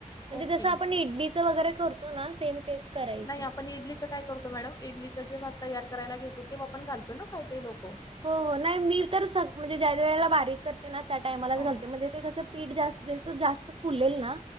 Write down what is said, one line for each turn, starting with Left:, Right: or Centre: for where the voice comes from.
Right: म्हणजे
Left: ओके.
Right: जस आपण इडलीच वगैरे कर तो ना सेम. तेच करायचं
Left: नाही आपण इडलीचं काय करतो मॅडम इडलीच जेव्हा तयार करायला घेतो ते आपण घालतो ना काही काही लोक.
Right: हो हो नाही मी तर सग म्हणजे ज्या वेळेला बारीक करते ना त्या टाइमालाच
Left: हा
Right: घालते म्हणजे ते कसं पीठ जास्त जस जास्त फुलेल ना